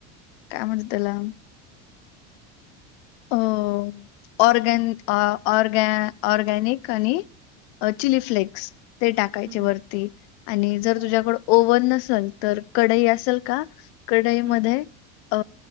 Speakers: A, on the left; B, on the right.
A: काय म्हणतेत तेला. हो. ऑर्गन, अ ऑर्ग ऑर्गॅनिक आणि अ चिलीफ्लेक्स ते टाकायचे,
B: हम्म
A: वरती. आणि जर
B: हो
A: तुझ्याकड, ओव्हन नसल. तर, कढई असल का कढाईमध्ये,
B: हम्म
A: अ